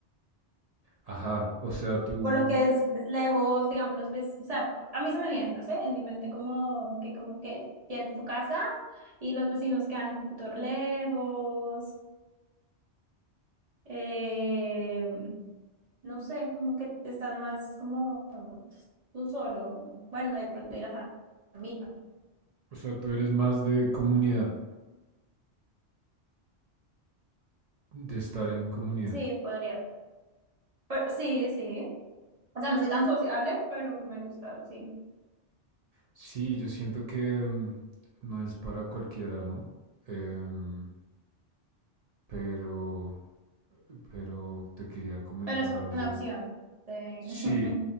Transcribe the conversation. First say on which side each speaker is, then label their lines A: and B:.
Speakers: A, on the right; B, on the right.
A: ajá, o sea, tú,
B: Por lo que es, es lejos, digamos, los ves, o sea, a mí se me viene, no sé, en mi mente como que como que tienes tu casa y los vecinos quedan un poquito lejos, eh, no sé, como que están más como tú solo, bueno, de pronto y la fam- familia.
A: o sea, tú eres más de comunidad, de estar en comunidad.
B: Sí, podría, pero, sí, sí. O sea, no soy tan sociable, pero me gusta, sí.
A: Sí, yo siento que mm, no es para cualquiera, ¿no? Em, pero, pero te quería comentar
B: Pero es
A: algo.
B: una opción. Sí. <laughs>
A: Sí,